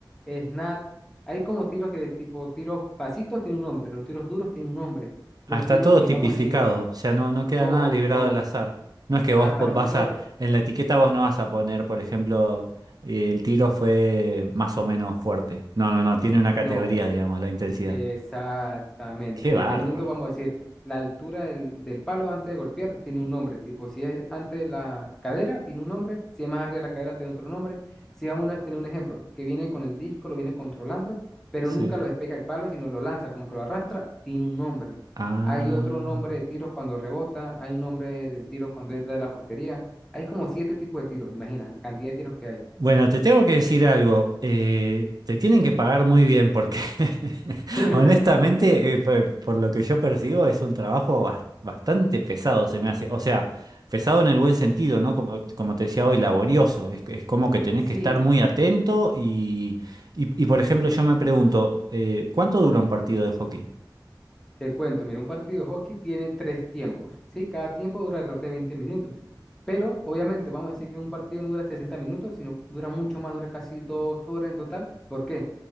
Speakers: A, in the centre; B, on the right (about 55°).
A: snat. Hay como tiros que tipo tiros pasitos tiene un nombre, los tiros duros tiene un nombre,
B: Ah,
A: los
B: está
A: tiros
B: todo
A: que
B: tipificado,
A: vamos a decir
B: o sea, no, no queda
A: todo,
B: nada librado
A: todo,
B: al azar. No es que
A: hasta
B: vos po-
A: los
B: vas
A: tiros,
B: a, en la etiqueta vos no vas a poner, por ejemplo, eh, el tiro fue más o menos fuerte. No, no, no, tiene una
A: no.
B: categoría, digamos, la intensidad.
A: Exactamente.
B: Qué
A: Dependiendo,
B: bárbaro.
A: vamos a decir, la altura del, del palo antes de golpear tiene un nombre. Tipo, si es antes de la cadera, tiene un nombre. Si es más arriba de la cadera, tiene otro nombre. Si vamos a tener un ejemplo, que viene con el disco, lo viene controlando, pero
B: Sí.
A: nunca lo despega el palo, sino lo lanza, como que lo arrastra, tiene un nombre.
B: Ah.
A: Hay otro nombre de tiros cuando rebota, hay un nombre del tiro cuando es detrás de la portería. Hay como siete tipos de tiros, imagina la cantidad de tiros que hay.
B: Bueno, te tengo que decir algo. eh, te tienen que pagar muy bien porque <laughs>
A: <laughs>
B: honestamente, eh, pe- por lo que yo percibo, es un trabajo bas- bastante pesado, se me hace. O sea, pesado en el buen sentido, ¿no? Como, como te decía hoy, laborioso. Es, es como que tenés
A: Sí,
B: que estar muy atento y, y, y, por ejemplo, yo me pregunto, eh, ¿cuánto dura un partido de hockey?
A: Te cuento, mira, un partido de hockey tiene tres tiempos, ¿sí? Cada tiempo dura alrededor de 20 minutos, pero obviamente vamos a decir que un partido no dura 60 minutos, sino dura mucho más, dura casi dos horas en total. ¿Por qué?